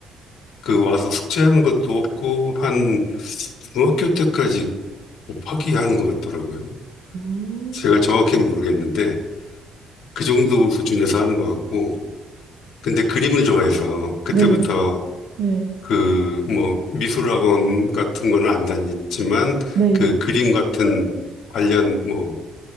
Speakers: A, on the left (about 75°); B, on the right (about 70°).
A: 그 와서 숙제하는 것도 없고 한 중학교 때까지 곱하기 하는 것 같더라고요.
B: 음,
A: 제가 정확히는 모르겠는데 그 정도 수준에서 하는 것 같고 근데 그림을 좋아해서 그때부터
B: 네, 네,
A: 그 뭐 미술학원 같은 건 안 다녔지만
B: 네,
A: 그 그림 같은 관련 뭐